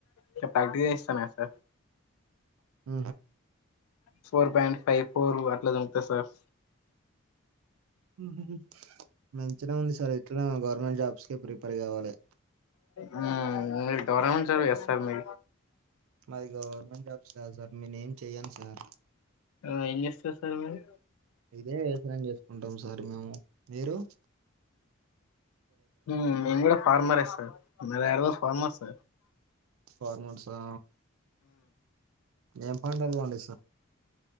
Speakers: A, on the left (about 85°); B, on the right (about 75°).
A: ఇక ప్రాక్టీస్ జేయిస్తనగా సార్
B: ఊ
A: ఫోర్ పాయింట్ ఫైవ్ ఫోరూ అట్ల జదువుతా సార్
B: ఊ హూ హు మంచిగనే ఉంది సార్ ఇట్లనే గవర్నమెంట్ జాబ్స్కి ప్రిపేర్ గావాలే
A: ఉమ్మ్ మీరు గవర్నమెంట్ జాబ్ చేస్తర్ మీ
B: మాది గవర్నమెంట్ జాబ్స్ కాదు సార్ నేనేం చేయ్యను సార్
A: ఆ ఏం జేస్తర్ సర్ మీరు
B: ఇదే వ్యవసాయం చేసుకుంటం సార్ మేము‌. మీరూ
A: ఊ మేంగుడ ఫార్మరే సర్ మా డాడీ <inaudible> ఫార్మర్ సార్
B: ఫార్మర్సా ఏం పంటలు పండి